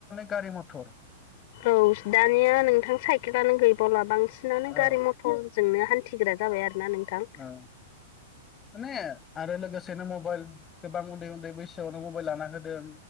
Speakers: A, on the left; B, on the left.
A: गारि मथर
B: औ दानिया नोंथां साइकेलानो गैबावला बांसिनानो
A: औ
B: गारि म टरजोंनो हान्थिग्रा जाबाय आरोना नोंथां।
A: औ माने आरो लोगोसेनो मबाइल गोबां उन्दै उन्दै बैसोआवनो मबाइल लाना होदों